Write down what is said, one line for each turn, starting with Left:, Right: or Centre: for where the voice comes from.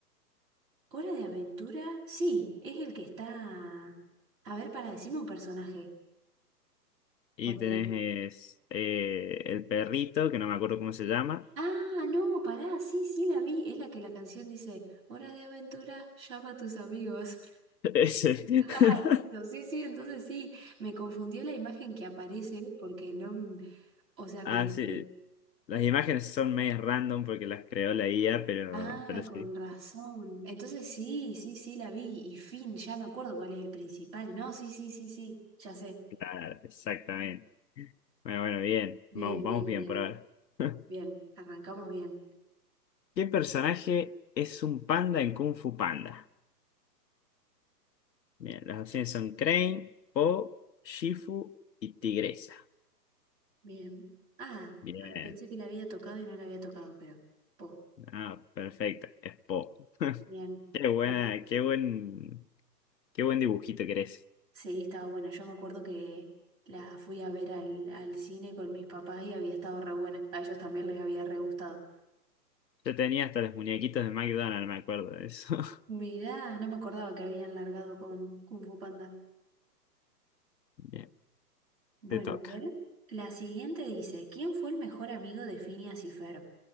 Right: ¿Hora de aventura? Sí, es el que está... A ver, para decirme un personaje,
Left: Y
Right: por ejemplo.
Left: tenés eh, el perrito, que no me acuerdo cómo se llama.
Right: Ah, no, pará, sí, sí, la vi. Es la que la canción dice, Hora de aventura, llama a tus amigos. <laughs>
Left: <laughs> Ese. <laughs>
Right: Ah, listo, sí, sí, entonces sí, me confundió la imagen que aparece porque no... m- O sea,
Left: Ah,
Right: como
Left: sí.
Right: que...
Left: Las imágenes son medio random porque las creó la IA, pero,
Right: Ah,
Left: pero sí.
Right: con razón. Entonces sí, sí, sí, la vi. Y fin, ya me acuerdo cuál es el principal. No, sí, sí, sí, sí, ya sé.
Left: Claro, exactamente. Bueno, bueno, bien.
Right: Bien,
Left: Vamos,
Right: bien,
Left: vamos bien
Right: bien,
Left: por ahora. <laughs>
Right: bien. Arrancamos bien.
Left: ¿Qué personaje es un panda en Kung Fu Panda? Bien, las opciones son Crane, Po, Shifu y Tigresa.
Right: Bien. Ah,
Left: Bien.
Right: ah, pensé que la había tocado y no la había tocado, pero. Po,
Left: Ah, perfecto. Es Po.
Right: bien.
Left: Qué buena,
Right: La-
Left: qué buen, qué buen dibujito que eres.
Right: sí, estaba buena. Yo me acuerdo que la fui a ver al, al cine con mis papás y había estado re buena. A ellos también les había re gustado.
Left: Yo tenía hasta los muñequitos de McDonald's, me acuerdo de eso. <laughs>
Right: Mirá, no me acordaba que habían largado con Kung Fu Panda.
Left: Bien,
Right: Bueno,
Left: te toca.
Right: a ver. La siguiente dice: ¿Quién fue el mejor amigo de Phineas y Ferb?